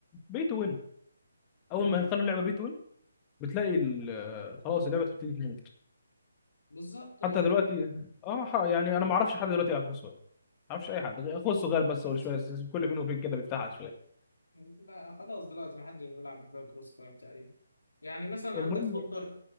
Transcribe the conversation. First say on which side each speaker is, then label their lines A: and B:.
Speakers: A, on the left (about 20°); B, on the left (about 80°).
A: بي تو وين اول
B: مم.
A: ما يخلوا اللعبه بي تو وين بتلاقي ال- آه، خلاص اللعبه بتبتدي تموت
B: بالظبط آه.
A: حتى دلوقتي اه ح- يعني انا ما اعرفش حد دلوقتي يلعب كروس فاير ما اعرفش اي حد غير اخوه الصغير بس
B: نفس
A: هو اللي شويه كل فين وفين كده بيفتحها شويه
B: لا خلاص دلوقتي محدش بيلعب كروس فاير تقريبا يعني مثلا
A: المهم
B: عندك كونتر